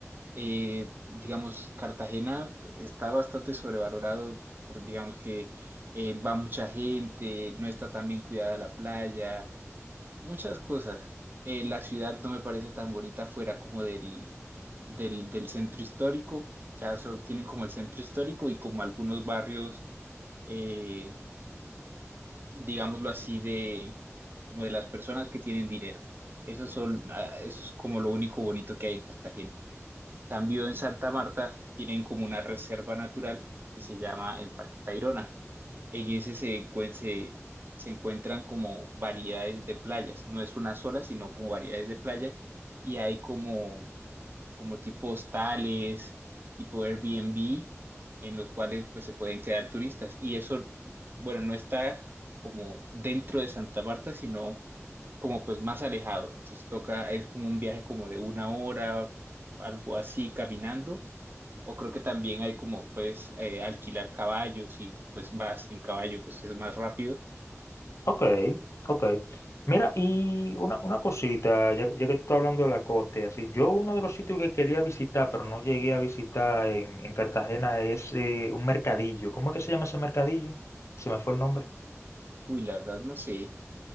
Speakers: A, on the right; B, on the left.
A: eh, digamos, Cartagena está bastante sobrevalorado, porque digamos que eh, va mucha gente, no está tan bien cuidada la playa, muchas cosas. Eh, la ciudad no me parece tan bonita fuera como del, del, del centro histórico, ya solo tienen como el centro histórico y como algunos barrios. eh, digámoslo así, de como de las personas que tienen dinero. Eso son, ah, eso es como lo único bonito que hay en Cartagena. Cambio en Santa Marta tienen como una reserva natural que se llama el Parque Tayrona. En ese se, encuen- se, se encuentran como variedades de playas. No es una sola, sino como variedades de playa. Y hay como como tipo hostales, tipo Airbnb, en los cuales pues se pueden quedar turistas. Y eso, bueno, no está como dentro de Santa Marta, sino como pues más alejado. Entonces toca, es como un viaje como de una hora, algo así, caminando. O creo que también hay como pues eh, alquilar caballos y pues vas en caballo, pues es más rápido.
B: Ok, ok. Mira, y una, una cosita, ya, ya que tú estás hablando de la costa y así, yo uno de los sitios que quería visitar, pero no llegué a visitar en, en Cartagena, es eh, un mercadillo. ¿Cómo es que se llama ese mercadillo? Se me fue el nombre.
A: Uy, la verdad no sé,